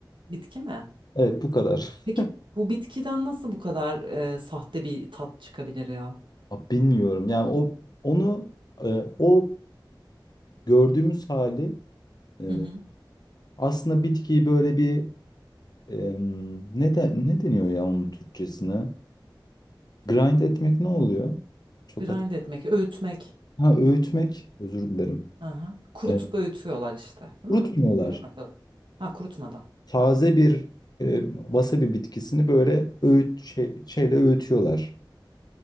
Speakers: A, on the right; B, on the left.
A: Bitki mi?
B: Evet bu kadar.
A: Peki bu bitkiden nasıl bu kadar e, sahte bir tat çıkabilir ya?
B: Aa, bilmiyorum. Yani o onu e, o gördüğümüz hali e,
A: Hı hı.
B: Aslında bitkiyi böyle bir em, ne de, ne deniyor ya onun Türkçesine? Grind etmek ne oluyor? Çok
A: Grind
B: hat
A: etmek, öğütmek.
B: ha öğütmek özür dilerim.
A: Aha. Kurutup
B: E,
A: öğütüyorlar işte, değil
B: kurutmuyorlar.
A: mi? Öyle mi? Ha kurutmadan.
B: Taze bir e, wasabi bitkisini böyle öğüt şey, şeyle öğütüyorlar.